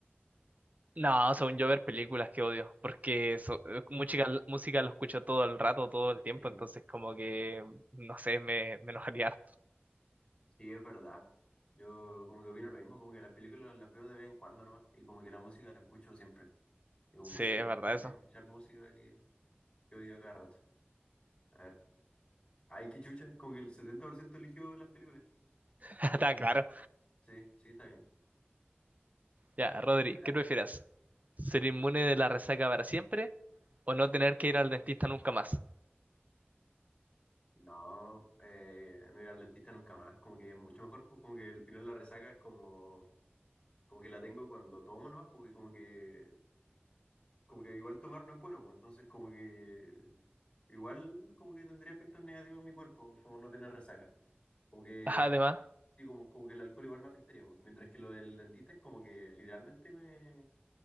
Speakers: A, on the right; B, on the left.
A: No, según yo ver películas que odio, porque so- música, música lo escucho todo el rato, todo el tiempo,
B: Sí,
A: entonces como que, no sé, me, me enojaría harto.
B: sí, es verdad. Yo como que opino lo mismo, como que las películas las veo de vez en cuando nomás y como que la música la escucho siempre. Y como
A: Sí,
B: que sería
A: es verdad
B: mejor
A: eso.
B: escuchar música que, que odio a cada rato. A ver, ay, qué chucha, es como que el 70% eligió las películas.
A: <laughs> Está claro.
B: Sí, sí, está bien.
A: Ya,
B: Eh,
A: Rodri,
B: dale.
A: ¿qué prefieras? ¿Ser inmune de la resaca para siempre o no tener que ir al dentista nunca más?
B: no, eh, no ir al dentista nunca más, como que es mucho mejor, pues como que al final la resaca es como, como que la tengo cuando tomo nomás, pues y como que, como que igual tomar no es bueno, pues entonces como que igual como que tendría efectos negativos en mi cuerpo, como no tener resaca. Como que,
A: <laughs> Además,
B: sí, como, como que el alcohol igual me afectaría, pues, mientras que lo del dentista es como que literalmente me,